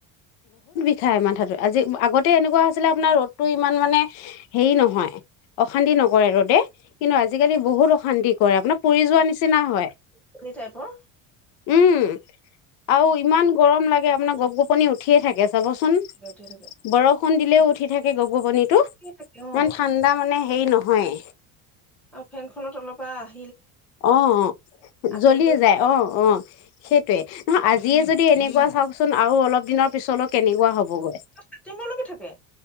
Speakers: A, on the left (about 75°); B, in the centre.
A: বিষাই মাথাটো আজি আগতে এনেকুৱা আপুনাৰ ৰদটো ইমান মানে হেই নহয় অশান্তি নকৰে ৰ'ডে। কিন্তু আজি কালি বহুত শান্তি কৰে আপোনাৰ পুৰি যোৱা নিচিনা হয়।
B: কণী টাইপৰ
A: উম। আৰু ইমান গৰম লাগে। মানে গপ গপনি উঠিয়ে থাকে। যাবচোন
B: উঠি থাকে
A: বৰষুণ উঠি থাকে গপ গবনিত টো
B: থাকে অ
A: ইমান ঠাণ্ডা মানে সেই নহয়
B: অ ফেনখনত অলপ আহ
A: অ'!
B: আঁতৰিবই
A: জ্বলিয়ে যায়। অ'! অ'! সেইটোৱে। নহয়। আজিয়ে যদি, এনেকুৱা চাওঁকচোন আৰু অলপ দিনৰ পিছলৈ কেনেকুৱা হ'বগৈ।
B: ছেপ্টেম্বৰলৈকে থাকে